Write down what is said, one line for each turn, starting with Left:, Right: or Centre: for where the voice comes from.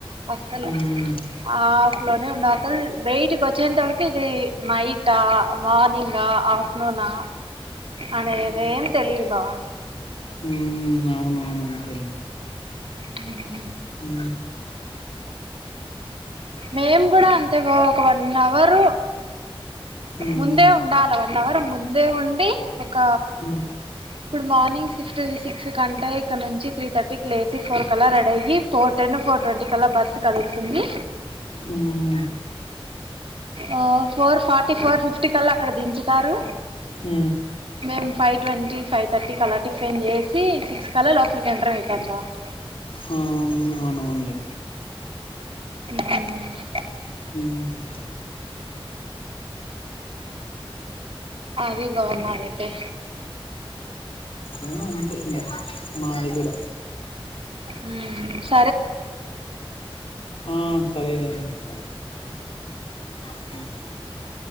Right: అస్సలు
Left: మ్మ్
Right: హాఫ్ లోనే ఉండ అసలు బయటికి వచ్చేంత వరకు ఇది నైట్ా మార్నింగ్ా ఆఫ్టర్నూనా అనేదేంతెలిదు బావ
Left: ఉ అవునవునును అ్రిలే
Right: హ
Left: ఉ
Right: మేము కూడా అంతే బావ ఒక వన్ అవర్
Left: మ్మ్
Right: ముందే ఉండాల వన్ అవర్ ముందే ఉంది ఒక
Left: మ్మ్
Right: ఇప్పుడు మార్నింగ్ షిఫ్ట్ తీ సిక్స్. కంటె ఇక నుంచి త్రీ థర్టీ కి లే ఫోర్ కల్ల రెడి అయ్యి ఫోర్ టెన్, ఫోర్ ట్వంటీ కల్ల బస్ కదులుతుంది.
Left: మ్మ్
Right: ఆ ఫోర్ ఫార్టీ, ఫోర్ ఫిఫ్.. ట్టికల అక్కడ దించుతారు.
Left: ఊ
Right: మేము ఫైవ్ ట్వంటీ ఫైవ్ థర్టీకి అలా టిఫిన్ చేసి సిక్స్ కల్ల లోపలికి ఎంటర్ ఐతమ్మా బావ
Left: ఆ ఆనవునులే
Right: ఉహ్ హు
Left: ఉహ్ హు
Right: అది బావ్ మరీతే
Left: ఏమో అను అనంట <unintelligible> మాయిగుడ
Right: ఉహ్మ్
Left: ఆహ్ సరే మమత ఉహ్